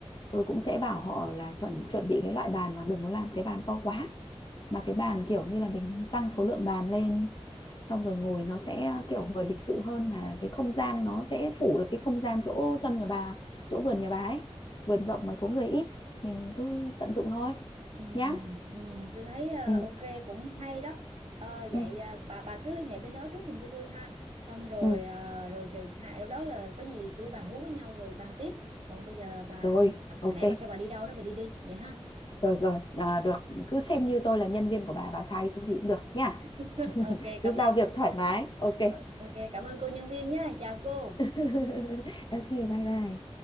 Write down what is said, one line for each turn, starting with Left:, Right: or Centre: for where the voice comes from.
Left: tôi cũng sẽ bảo họ là chuẩn chuẩn bị cái loại bàn mà đừng có làm cái bàn to quá mà cái bàn kiểu như là mình tăng số lượng bàn lên xong rồi ngồi nó sẽ kiểu vừa lịch sự hơn mà cái không gian nó sẽ phủ được cái không gian chỗ sân nhà bà chỗ vườn nhà bà ấy vườn rộng mà số người ít mình cứ tận dụng thôi
Right: Ừ,
Left: nhá
Right: ừ, tôi thấy ờ,
Left: ừ
Right: ok cũng hay đó Ờ, vậy
Left: ừ
Right: ờ, bà bà cứ liên hệ bên đó trước giùm cho tôi ha xong rồi
Left: ừ
Right: ờ, rồi kỳ hại đâu đó là có gì tôi bà hú với nhau rồi bàn tiếp còn bây giờ bà
Left: rồi
Right: hồi,
Left: ok
Right: hồi nãy bà kêu bà đi đâu đó bà đi đi vậy ha
Left: rồi rồi à, được cứ xem như tôi là nhân viên của bà bà sai cái gì cũng được nha
Right: <laughs> ok
Left: cứ
Right: cảm
Left: giao
Right: ơn
Left: việc
Right: cả,
Left: thoải mái ok
Right: ờ, ok cảm ơn cô nhân viên nha chào cô
Left: <laughs> ok bye bye